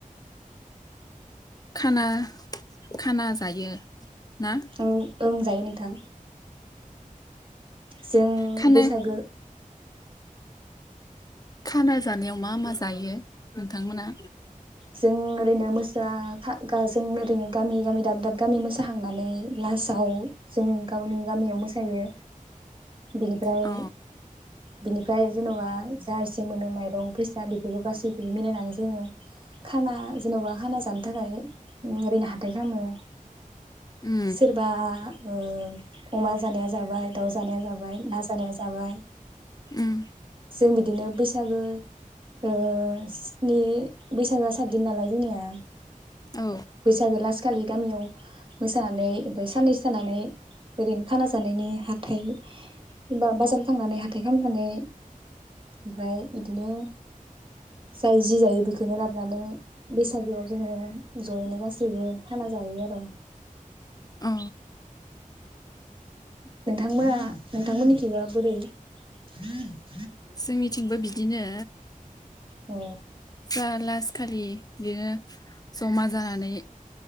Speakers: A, on the left; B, on the right.
A: खाना खाना जायो। ना
B: औ ओं जायो नों थां जों
A: खानो
B: बैसागो
A: खाना जानायाव मा मा जायो नोंथांमोना?
B: जों ओरैनो मोसा <unintelligible> जों ओरैनो गामि गामि दाब दाब गामि मोसाहांनानै लास दाउ जों गावनि गामियाव मोसायो। बिनिफ्राय
A: अ
B: बिनिफ्राय जेनबा जा एसे मोनो माइरं फैसा बेफोरखौ गासैखौबो मिलायनानै जोङो खाना जेनबा खाना जानो थाखाय ओरैनो हाथाइ खामो।
A: उम
B: सोरबा ओ अमा जानाया जाबाय दाउ जानाया जाबाय ना जानाया जाबाय।
A: उम
B: जों बिदिनो बैसागो ओ स्नि बैसागोआ सा साददिन नालाय जोंनिया।
A: औ
B: बैसागो लास खालि गामियाव मोसानानै ओमफ्राय साननैसो थानानै ओरैनो खाना जानायनि हाथाइ बा बा-बाजाराव थांनानै हाथाइ खनानै ओमफ्राय बिदिनो जाय जि जायो बेखौनो लाबोनानै बैसागोआव जोङो जयैनो गासैबो खाना जायो आर।
A: अ
B: नोंथांमोना नोंथांमोननि थिबा बोरै? <inaudible>
A: जोंनिथिंबो बि दिनो
B: अ
A: दा लास खालि बिनो जमा जानानै